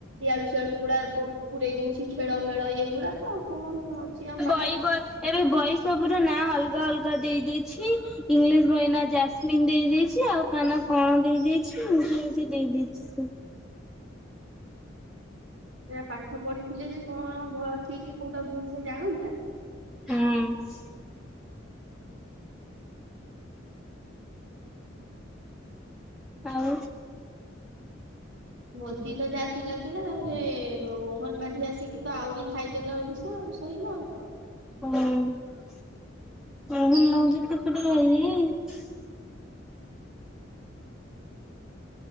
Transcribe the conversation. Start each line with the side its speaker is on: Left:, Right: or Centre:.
Right: ୟଆଡୁ ସଆଡୁ ଗୁଡା
Centre: ହଁ।
Right: ପୁରରେଇ ଦଉଛି ଖେଳ ମେଳ ଇଏଗୁଡାକ କଣ ଅଛି ଆଉ ପା
Centre: କ ଏବେ ବହି ସବ ର ନାଁ ଅଲଗା ଅଲଗା ଅଲଗା ଦେଇ ଦେଇଛି ଇଂଲିଶ ବହିନା ଜାସମିିନ ଦେଇ ଦେଇଛି ଆଉ କାନ କଣ ଦେଇ ଦେଇଛି ମୁ ମୁ ଦେଇ ଦଛିି ସେ
Right: ସେ ପାଠ ପଢିଥିଲେ ଯେ କଣ ଠିକ କୋଉଟା ଭୁଲ ସେ ଜାଣନ୍ତି ଆ
Centre: ହୁଁ। ଆଉ।
Right: ମୋଦି ତ ଯାହା ଥିଲା ଥିଲା, ତାପରେ ମୋହନ ମାଝି ଆସିକି ତ ଆହୁରି ଖାଇଦେଲା ଓଡିଶା ଆଉ। ସଇଲା ଆଉ କଣ?
Centre: ହଁ <unintelligible>